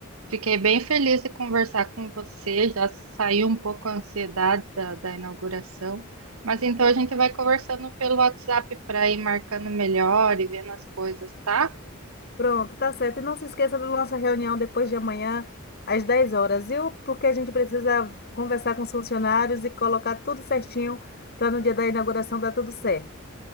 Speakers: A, on the right; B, on the left.
A: Fiquei bem feliz de conversar com você, já saiu um pouco a ansiedade da, da inauguração, mas então a gente vai conversando pelo WhatsApp para ir marcando melhor e vendo as coisas, tá?
B: Pronto, tá certo. E não se esqueça da nossa reunião depois de amanhã, às 10 horas, viu? Porque a gente precisa conversar com os funcionários e colocar tudo certinho para no dia da inauguração dar tudo certo.